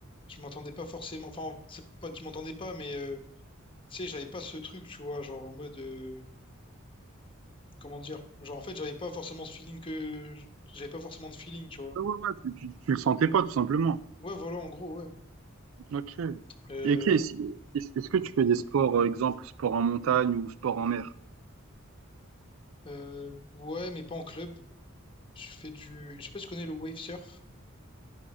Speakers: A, on the left; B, on the right.
A: Je m'entendais pas forcément... Enfin, c'est pas que je m'entendais pas, mais... euh, tu sais, j'avais pas ce truc, tu vois, genre en mode... euh, Comment dire? Genre, en fait, j'avais pas forcément ce feeling que... J'avais pas forcément de feeling, tu vois.
B: Ah ouais, ouais, tu, tu, tu le sentais pas, tout simplement.
A: Ouais, voilà, en gros, ouais.
B: Ok.
A: Euh,
B: Et ok, si- est-ce est-ce que tu fais des sports, euh, exemple, sport en montagne ou sport en mer?
A: euh, ouais, mais pas en club. Je fais du... Je sais pas si tu connais le wave surf.